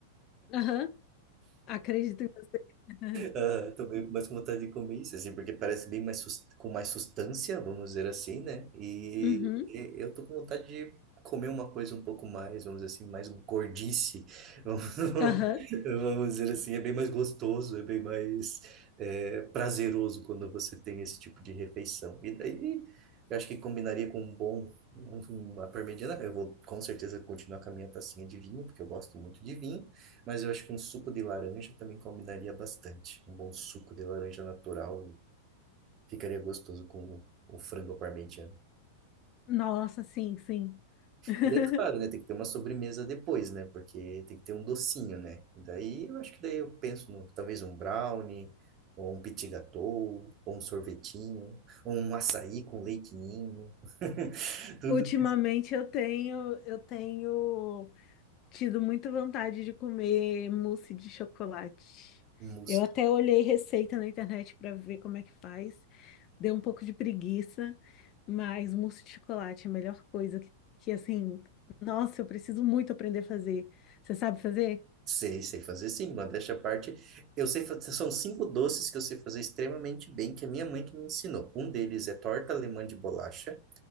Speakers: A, on the left; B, on the right.
A: Aham. Acredito em você. <laughs>
B: Ah, tô meio mais com vontade de comer isso, assim, porque parece bem mais sus- com mais sustância, vamos dizer assim, né? E,
A: Uhum.
B: e eu tô com vontade de comer uma coisa um pouco mais, vamos dizer assim, mais gordice, vamos, <laughs>
A: Aham.
B: vamos dizer assim, é bem mais gostoso, é bem mais é, prazeroso quando você tem esse tipo de refeição. E daí, eu acho que combinaria com um bom, um- uma parmegiana, eu vou com certeza continuar com a minha tacinha de vinho, porque eu gosto muito de vinho, mas eu acho que um suco de laranja também combinaria bastante. Um bom suco de laranja natural e ficaria gostoso com o frango parmegiana.
A: Nossa, sim, sim. <laughs>
B: E daí, claro, né? Tem que ter uma sobremesa depois, né? Porque tem que ter um docinho, né? Daí eu acho que daí eu penso no talvez um brownie, ou um petit gâteau, ou um sorvetinho, ou um açaí com leite ninho. <laughs> Tudo
A: Ultimamente
B: isso.
A: eu tenho, eu tenho tido muita vontade de comer mousse de chocolate.
B: Um mousse.
A: Eu até olhei receita na internet para ver como é que faz. Deu um pouco de preguiça, mas mousse de chocolate é a melhor coisa que, que assim, nossa, eu preciso muito aprender a fazer. Você sabe fazer?
B: Sei, sei fazer sim, modéstia à parte. Eu sei fazer, são cinco doces que eu sei fazer extremamente bem, que a minha mãe que me ensinou. Um deles é torta alemã de bolacha,